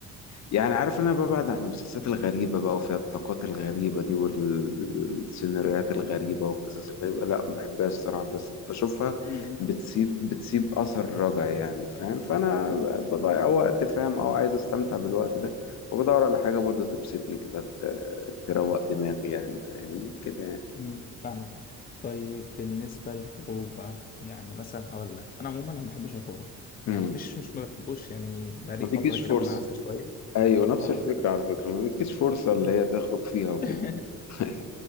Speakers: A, on the left (about 65°); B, on the left (about 30°).
A: يعني عارف ان انا ببعد عن المسلسلات الغريبة بقى وفيها الطاقات الغريبة دي والسيناريوهات الغريبة والقصص الغريبة لا ما بحبهاش الصراحة بس بشوفها
B: <laughs>
A: بتسيب بتسيب اثر رجعي يعني فاهم فانا بضيع وقت فاهم او عايز استمتع بالوقت ده فبدور على حاجة برضو تبسطني كده ت- تروق دماغي يعني فاهمني كده يعني
B: امم فاهمك طيب بالنسبة للخروج بقى يعني مثلا هقول لك أنا عموما أنا ما بحبش الخروج يعني
A: امم
B: مش مش ما بحبوش يعني بقالي
A: ما بيجيش
B: فترة كده
A: فرصة
B: منعزل شوية
A: ايوه نفس
B: اه
A: الفكرة على فكرة ما بيجيش فرصة اللي
B: أنا-
A: هي تخرج فيها وكده
B: <laughs>
A: <laughs>